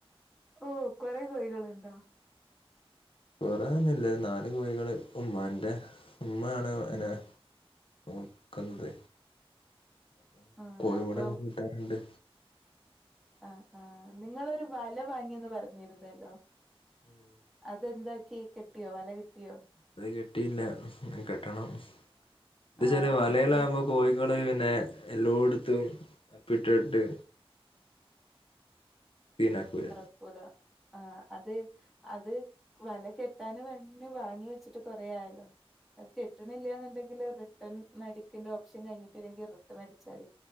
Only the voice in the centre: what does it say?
ഓ കൊറേ കോഴികളുണ്ടോ?
ഉം
ആഹ്
അപ്പം ആ ആ നിങ്ങളൊരു വല വാങ്ങിയന്ന് പറഞ്ഞിരുന്നല്ലോ
അതെന്ത? കിട്ടിയോ വല കിട്ടിയോ?
ആര്
കെട്ടും
ക്കൂല ആ അത് അത് വല കെട്ടാൻ വേണ്ടി വാങ്ങി വെച്ചിട്ട് കൊറേ ആയല്ലോ അത് കെട്ട്ണില്ലന്നുണ്ടെങ്കില് റിട്ടേൺ അടിക്കണ്ട ഓപ്ഷൻ കഴിഞ്ഞിട്ടില്ലെങ്കിൽ റിട്ടേൺ അടിച്ചാളി.